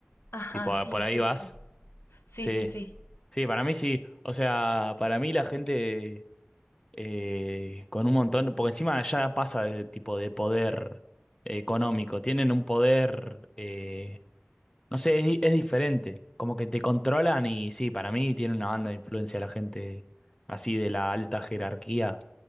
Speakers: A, on the left (about 75°); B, on the left (about 20°).
A: Ajá,
B: Tipo,
A: sí,
B: por
A: justo.
B: ahí vas.
A: Sí,
B: Sí,
A: sí, sí.
B: sí, para mí sí. O sea, para mí la gente eh, con un montón, porque encima ya pasa de tipo de poder eh, económico, tienen un poder... eh, No sé, es, di- es diferente. Como que te controlan y sí, para mí tiene una banda de influencia la gente así de la alta jerarquía,